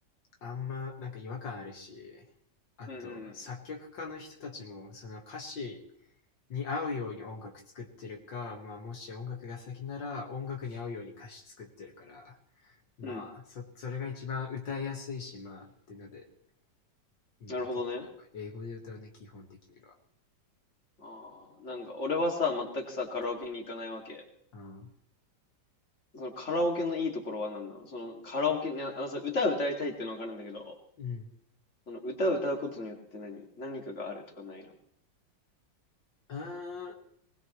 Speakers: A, on the left; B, on the left.
A: あんま、なんか違和感あるし、あと、
B: うんうん
A: 作曲家の人たちも、その歌詞に合うように音楽作ってるか、まあ、もし音楽が先なら音楽に合うように歌詞作ってるから、まあ、
B: うん。うん。
A: そそれが一番歌いやすいし、まあ、ってので、うん、
B: なるほどね。
A: 結構英語で歌うね、基本的には。
B: ああ、なんか俺はさ、全くさ、カラオケに行かないわけ。
A: うん。
B: そのカラオケのいいところは何なのそのカラオケに、ああのさ、歌を歌いたいってのはわかるんだけど、
A: うん。
B: その歌を歌うことによって何、何かがあるとかないの
A: あ